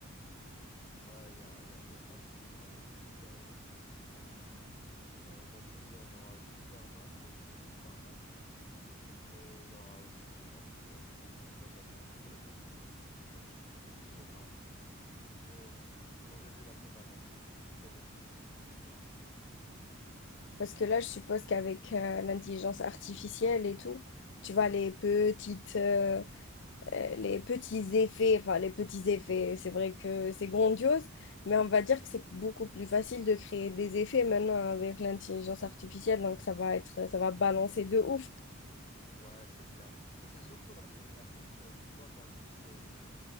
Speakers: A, on the left (about 30°); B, on the left (about 55°).
A: Ouais, il y a, il y a- il y a plein de films bah, avec des super-héros qui vont sortir bientôt. Euh, au mois de juillet, on aura Superman, le nouveau Superman, et il y aura aussi les Quatre Fantastiques. Moi, j'attends beaucoup les Quatre Fantastiques. euh, je sais pas. Je, quand j'ai vu la bande-annonce, j'étais très intrigué par, par ce film.
B: Parce que là, je suppose qu'avec euh, l'intelligence artificielle et tout, tu vois, les petites, euh, euh, les petits effets, enfin, les petits effets, c'est vrai que c'est grandiose, mais on va dire que c'est beaucoup plus facile de créer des effets maintenant avec l'intelligence artificielle, donc ça va être, ça va balancer de ouf.
A: Ouais, c'est clair. Mais c'est surtout la thématique, euh, tu vois, dans le film, c'est